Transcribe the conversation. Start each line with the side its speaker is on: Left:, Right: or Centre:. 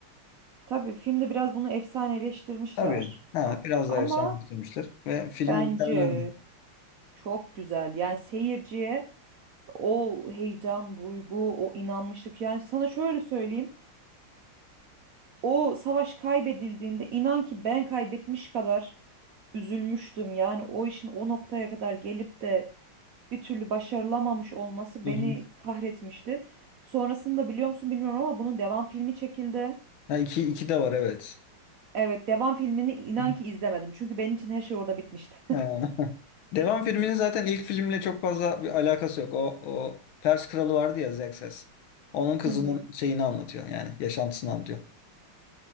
Right: Tabii filmde biraz bunu efsaneleştirmişler.
Left: Tabii. Ha,
Right: A-
Left: biraz
Right: Ama
Left: daha efsane getirmişler. Ve film
Right: bence
Left: mükemmeldi.
Right: çok güzel. Yani seyirciye o heyecan, duygu, o inanmışlık. Yani sana şöyle söyleyeyim. O savaş kaybedildiğinde inan ki ben kaybetmiş kadar üzülmüştüm. Yani o işin o noktaya kadar gelip de bir türlü başarılamamış olması
Left: Hı
Right: beni
Left: hı.
Right: kahretmişti. Sonrasında biliyor musun bilmiyorum ama bunun devam filmi çekildi.
Left: Ha, iki, iki de var evet.
Right: Evet, devam filmini inan
Left: Hı hı.
Right: ki izlemedim. Çünkü benim için her şey orada bitmişti.
Left: Ha. Devam filminin zaten ilk filmle çok fazla bir alakası yok. O, o Pers kralı vardı ya Xerxes. Onun kızının
Right: <laughs> Hı hı.
Left: şeyini anlatıyor yani yaşantısını anlatıyor.